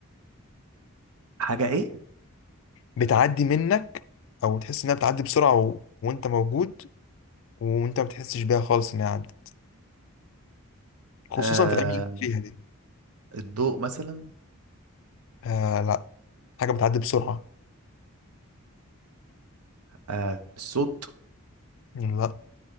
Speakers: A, on the right; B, on the left.
A: حاجة ايه
B: بتعدي منك او تحس انها بتعدي بسرعه و... وانت موجود وانت ما بتحسش بيها خالص انها عدت خصوصا
A: آه
B: في الايام اللي احنا فيها دي
A: الضوء مثلا
B: آه لا حاجه بتعدي بسرعه
A: آه الصوت
B: لا